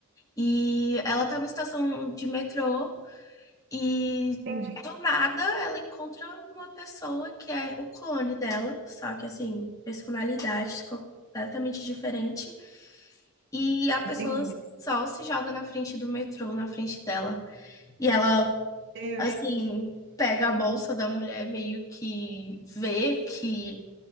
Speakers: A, on the left; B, on the right.
A: E ela tá numa estação de metrô e
B: Entendi,
A: do nada ela encontra uma pessoa que é o clone dela, só que assim, personalidade completamente diferente. E a pessoa
B: entendi.
A: só se joga na frente do metrô, na frente dela. E ela,
B: Deus,
A: assim, pega a bolsa da mulher, meio que vê que,